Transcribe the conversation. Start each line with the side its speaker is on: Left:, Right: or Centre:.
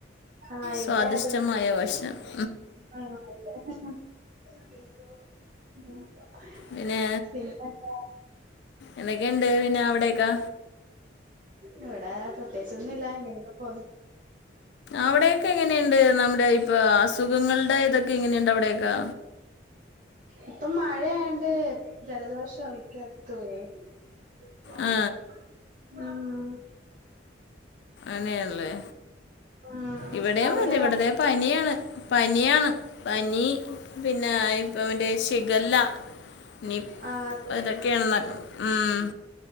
Right: ആ ഇവിടെ
Left: സ്വാദിഷ്ടമായ
Right: അത് തന്നെ
Left: ഭക്ഷണം <inaudible>
Right: ആ അതെ. <inaudible>
Left: പിന്നെ
Right: പിന്നെന്താ
Left: എന്തൊക്കെണ്ട് പിന്നെ അവിടയൊക്കെ
Right: ഇവടെ പ്രത്യേകിച്ചൊന്നുല്ല. ഇങ്ങനെയൊക്കെ പോവുന്നു.
Left: അവ്ടെയൊക്കെ എങ്ങനെയ്ണ്ട് നമ്മുടെ ഇപ്പൊ അസുഖങ്ങളുടെ ഇതൊക്കെ എങ്ങനെയ്ണ്ട് അവിടെയക്കാ
Right: ഇപ്പം മഴയായോണ്ട് ജലദോഷാ മിക്കയിടത്തുവേ <inaudible>
Left: ആ
Right: ആഹ്
Left: അതേല്ലേ
Right: ഉം
Left: ഇവിടേം
Right: അവിടെ
Left: അതെ ഇവിടതെ പനിയാണ്. പനിയാണ് പനി പിന്നെ ഇപ്പ മറ്റെ ശിഗല്ല, നിപ്പ്
Right: ആഹ് അതെന്നെ
Left: ഇതൊക്കെയാണന്നറിഞ്ഞു ആഹ്